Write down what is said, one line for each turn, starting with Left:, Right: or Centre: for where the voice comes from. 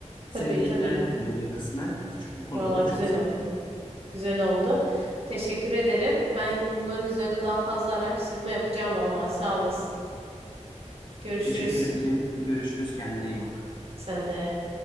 Left: Seni
Right: Tabii
Left: de
Right: tabii.
Left: ikna ettim bugün kısmen. Ç- Bu konuda
Right: Valla
Left: da
Right: güzel
Left: çok sevindim.
Right: oldu. Güzel oldu. Teşekkür ederim. Ben bunların üzerine daha fazla araştırma yapacağım vallahi. Sağ olasın. Görüşürüz.
Left: Teşekkür ederim. Görüşürüz. Kendine iyi bak.
Right: Sen de.